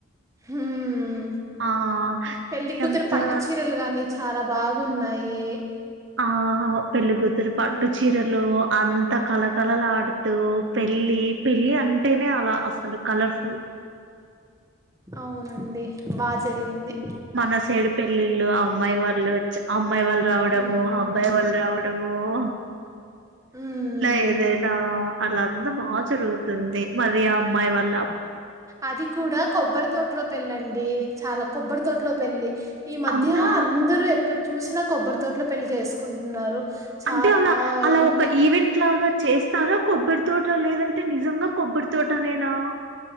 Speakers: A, on the right (about 15°); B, on the right (about 60°).
A: హమ్
B: ఆ
A: పెళ్లికూతురు
B: అది అంతా
A: పట్టు చీరలు గాని చాలా బాగా ఉన్నాయి
B: ఆ పెళ్ళకుతురు పట్టు
A: హ్మ్
B: చీరలు అంత కలకళలు ఆడుతూ పెళ్ళి పెళ్లి అన్ అంటేనే అలా అసలు కలర్స్
A: అవునండి బా జరిగింది
B: మన సైడు పెళ్లిళ్ళు ఆ అమ్మాయి వాళ్ళు వచ్చి అమ్మాయి వాళ్ళు రావడము
A: హ్మ్
B: అబ్బాయి వాళ్ళు రావడము హో
A: హ్మ్
B: లై ఇదేనా అలా అంత ఆ బా జరుగుతుంది మరి ఆ అమ్మాయి వాల్ల
A: అది కూడా కొబ్బరి తోటలో పెళ్ళండి చాలా కొబ్బరి తోటలో పెళ్లి ఈ మధ్య
B: అవునా
A: అందరూ ఎక్కడ చూసినా కొబ్బరితోట్లో పెళ్లి చేసుకుంటున్నారు. చాలా
B: అంటే అలా
A: ఆ!
B: అలా
A: ఎంత
B: ఒక ఈవెంట్ లాగా చేస్తారా కొబ్బరి తోట లేదంటే నిజంగా కొబ్బరి తోట నేనా